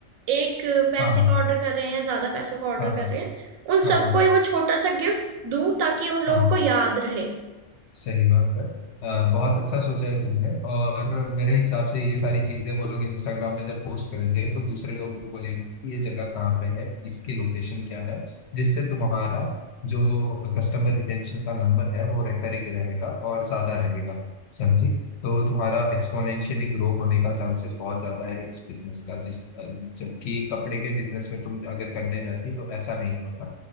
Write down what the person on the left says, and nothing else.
हाँ हाँ
हाँ
हाँ
हाँ
हाँ हाँ
हाँ
सही बात है अ, बहुत अच्छा सोचा है तुमने और मेरे हिसाब से ये सारी चीजें वो लोग इंस्टाग्राम में जब पोस्ट करेंगे तो दूसरे लोग भी बोलेंगे कि ये जगह कहाँ पे है इसकी लोकेशन क्या है जिससे तुम्हारा जो कस्टमर रिटेंशन का नंबर है वो रिकरिंग रहेगा और ज्यादा रहेगा समझी तो तुम्हारा एक्सपोनेंशियली ग्रो होने का चांसेस बहुत ज्यादा है इस बिजनेस का जिस अ, जबकि कपड़े के बिजनेस में तुम अगर करने जाती तो ऐसा नहीं होता